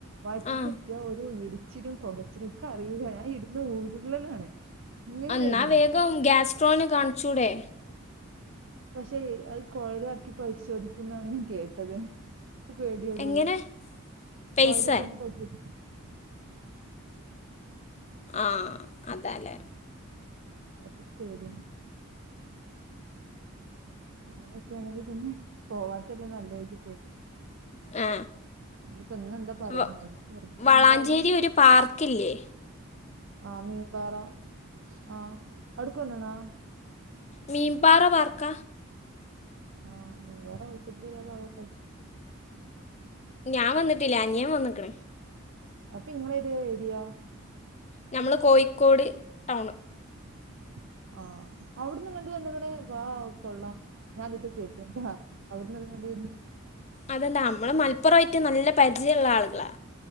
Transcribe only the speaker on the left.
ആ
അന്നാ
വേഗം ഗ്യാസ്ട്രോനെ കാണിച്ചൂടെ.
എങ്ങനെ
പൈസ
ആഹ് അതാല്ലേ.
ആ
വ-
വളാഞ്ചേരി
ഒരു പാർക്കില്ലേ
മീംപറ വർക്ക
ഞാൻ വന്നിട്ടില്ല അനിയൻ വന്ന്ക്കണ്
ഞ മ്മള് കോഴിക്കോട് ടൗണ്.
അതെന്താ നമ്മള് മലപ്പുറമായിട്ട് നല്ല പരിചയള്ള ആളുകളാ.